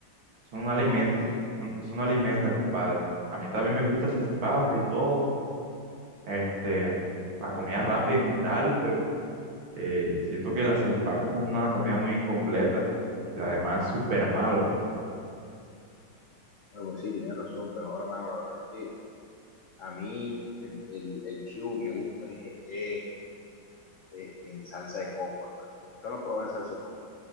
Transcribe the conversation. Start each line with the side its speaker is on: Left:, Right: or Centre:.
Right: Eso no alimenta.
Left: No, sí.
Right: no, Eso no alimenta, compadre. A mí también me gusta la salchipapa y todo. Este, la comida rápida en general, pero eh, siento que la salchipapa es como una comida muy incompleta y además súper mala.
Left: Bueno, pues sí, tienes razón, pero bueno, hermano, la verdad es que a mí el, el, el chivo me gusta es, es, este, en salsa de coco, hermano. Yo lo probé en salsa de coco,